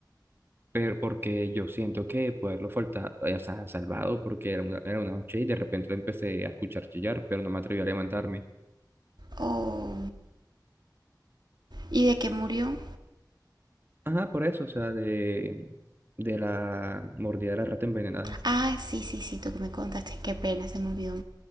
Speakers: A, on the right; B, on the right.
A: pero porque yo siento que poderlo faltar, o sea, salvado, porque era una, era una noche y de repente lo empecé a escuchar chillar, pero no me atreví a levantarme.
B: Oh, ¿Y de qué murió?
A: Ajá, por eso, o sea, de, de la mordida de la rata envenenada.
B: Ah, sí, sí, sí, tú que me contaste. Qué pena, se me olvidó.